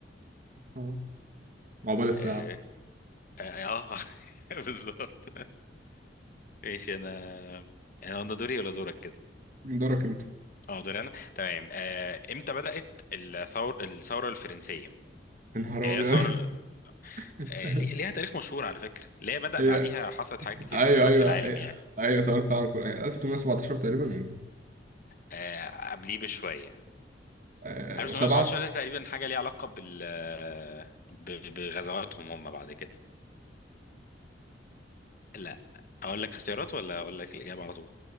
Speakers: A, on the right; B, on the left.
A: اه عقبال الساعه
B: <laughs> اه, آه آه، <laughs> بالظبط <laughs> ماشي انا انا أنا دوري ولا دورك كده
A: دورك انت
B: اه دوري انا تمام آه امتى بدأت الثور... الثوره الفرنسيه يعني
A: انهار
B: هي
A: ابيض
B: الثوره
A: <laughs>
B: آه، ليه- ليها تاريخ مشهور على فكرة ليه بدأ
A: هي
B: بعديها حصلت حاجات كتير
A: ايوه
B: تغيرات
A: ايوه
B: في العالم
A: ايوه
B: يعني
A: ايوه تعرف عن كل 1817 تقريبا ولا إيه؟
B: آه، قبليه بشوية
A: آه،
B: 1819
A: وسبعه
B: ده تقريبا حاجة ليها علاقة بال آه، ب- بغزواتهم هم بعد كده لا أقول لك اختيارات ولا أقول لك الإجابة على طول